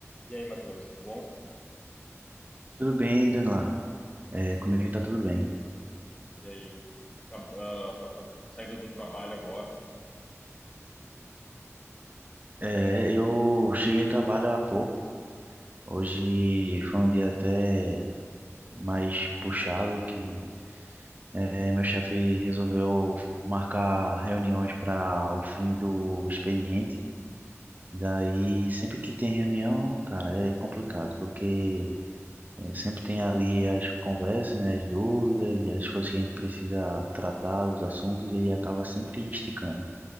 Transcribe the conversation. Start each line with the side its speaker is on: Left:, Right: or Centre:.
Left: E aí, Matheus, tudo bom?
Right: Tudo bem, Danila? É, comigo tá tudo bem.
Left: E aí? Acab- ah, tô acab- saindo do trabalho agora.
Right: É, eu cheguei do trabalho há pouco. Hoje foi um dia até mais puxado que é, meu chefe resolveu marcar reuniões para o fim do expediente. Daí, sempre que tem reunião, cara, é complicado, porque é, sempre tem ali as conversas, né, as dúvidas, as coisas que a gente precisa tratar, os assuntos, e acaba sempre esticando.